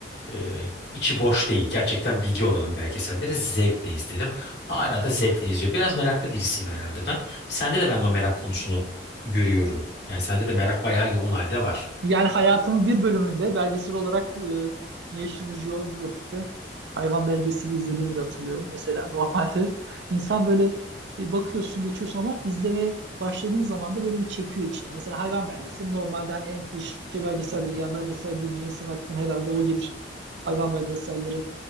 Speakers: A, on the left; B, on the right.
A: e, içi boş değil. Gerçekten bilgi olan belgeselleri zevkle izlerim. Hala da zevkle izliyor. Biraz meraklı birisiyim herhalde ben. Sende de ben o merak konusunu görüyorum. Yani sende de merak bayağı yoğun halde var.
B: Yani hayatımın bir bölümünde belgesel olarak e, National Geographic'te hayvan belgeseli izlediğimi de hatırlıyorum. Mesela <laughs> normalde insan böyle e, bakıyorsun geçiyorsun ama izlemeye başladığın zaman da böyle bir çekiyor içine. Mesela hayvan belgeseli normalde hani en klişe belgeseldir. Yani belgesel deyince insan aklına herhalde o gelir. Hayvan belgeselleri.